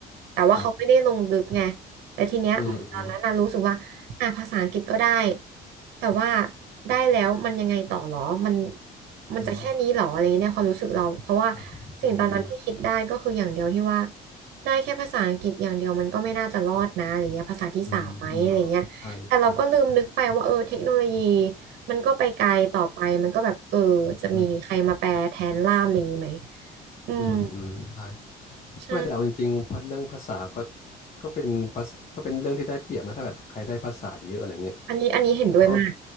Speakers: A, on the right (about 70°); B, on the left (about 40°).
A: แต่ว่าเขาไม่ได้ลงลึกไง
B: ครับ
A: แต่ทีเนี้ยเหมือนตอนนั้นน่ะรู้สึกว่าอ่ะภาษาอังกฤษก็ได้
B: อืมอืม
A: แต่ว่าได้แล้วมันยังไงต่อหรอมันมันจะแค่นี้หรออะไรเงี้ยเนี่ยความรู้สึกเราเพราะว่า
B: อืมครับอืม
A: สิ่งตอนนั้นที่คิดได้ก็คืออย่างเดียวที่ว่าได้แค่ภาษาอังกฤษอย่างเดียวมันก็ไม่น่าจะรอดนะอะไรเงี้ยภาษาที่สามไหมอะไรเงี้ย
B: อืมอืมอืมใช่ใช่
A: แต่เราก็ลืมนึกไปว่าเออเทคโนโลยีมันก็ไปไกลต่อไปมันก็แบบเออจะมีใครมาแปลแทนล่ามอะไรอย่างนี้ไหม
B: อืม
A: อืม
B: อืมอืมใช่
A: ใช่
B: ไม่แต่เอาจริงๆพัดเรื่องภาษาก็ก็เป็นภาษาก็เป็นเรื่องที่ได้เปรียบนะถ้าแบบใครได้ภาษาเยอะอะไรเงี้ย
A: อันนี้อันนี้เห็นด้วยมาก
B: เพราะเอา